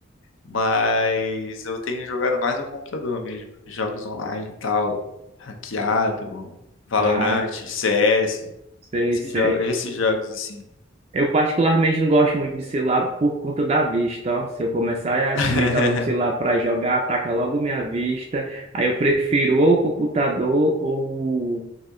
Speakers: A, on the left (about 70°); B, on the right (about 30°).
A: Mas eu tenho jogado mais no computador mesmo. Jogos online e tal, ranqueado, Valorant,
B: Ah,
A: CS,
B: sei,
A: esses
B: sei.
A: jogos, esses jogos assim.
B: Eu particularmente não gosto muito de celular por conta da vista, ó. Se eu começar a
A: <laughs>
B: utilizar o celular para jogar, ataca logo minha vista. Aí eu prefiro ou o computador ou o